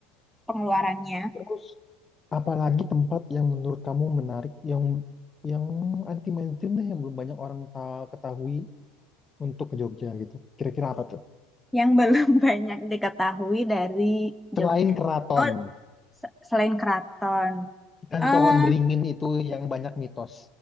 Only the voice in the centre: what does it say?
pengeluarannya
yang belum <laughs> banyak diketahui dari Jogja.
Oh, se- selain keraton.
eh